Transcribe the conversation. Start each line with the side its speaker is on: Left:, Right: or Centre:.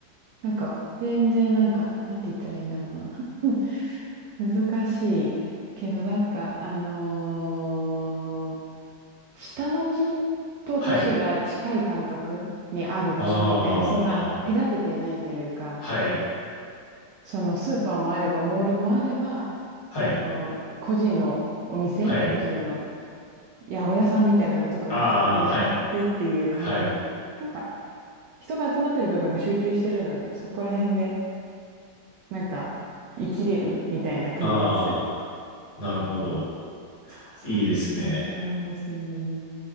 Right: なんか、全然なんか、なんて言ったらいいんだろうな。<laughs> 難しいけど、なんか、あのー下町と都市が近い感覚にある場所みたいな、
Left: はい。ああ、
Right: そんな隔ててないというか、
Left: はい。
Right: そのスーパーもあれば、モールもあれば、その個人のお店、
Left: はい。はい。
Right: 個人の八百屋さんみたいなのとかも近くにあってっていう感じの、
Left: ああ、はい。はい。
Right: なんか人が集まってる部分が集中してるので、そこら辺でなんか生きれるみたいな国です。
Left: ああ、なるほど。
Right: そう、そういう感じなんですよね。
Left: いいですね。